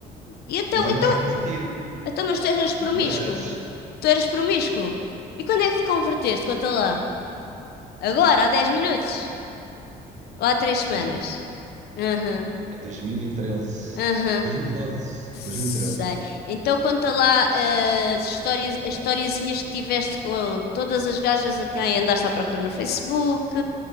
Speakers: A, on the left; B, on the right.
A: e então,
B: E eu
A: então
B: não era convertido.
A: Então, mas tu eras promíscuo?
B: E tu eras.
A: Tu eras promíscuo? E quando é que te converteste? Conta lá. Agora, há 10 minutos? Ou há 3 semanas?
B: Não.
A: Aham,
B: Em 2013.
A: aham,
B: 2012.
A: sei.
B: 2013.
A: Então conta lá eh, as histórias, as historiezinhas que tiveste com todas as gajas a quem andaste à procura no Facebook,